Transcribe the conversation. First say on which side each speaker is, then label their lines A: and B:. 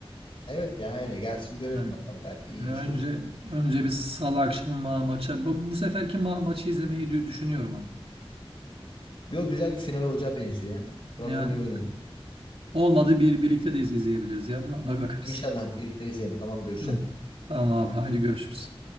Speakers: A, on the left; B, on the right.
A: Evet ya öyle gelsin görelim
B: Yani
A: bakalım belki iyi
B: e, önce
A: bir şey olur.
B: önce bir salı akşamı ma maça ba- bu seferki ma maçı izlemeyi dü- düşünüyorum ama.
A: Yo güzel bir final olacağı benziyor ya.
B: Ne
A: Trabzon
B: hadi
A: iyi oynadı.
B: bakalım. Olmadı bir birlikte de iz- izleyebiliriz ya. Ba bak bakarız.
A: İnşallah birlikte izleyelim. Tamam görüşelim.
B: Tamam. Tamam abi haydi görüşürüz.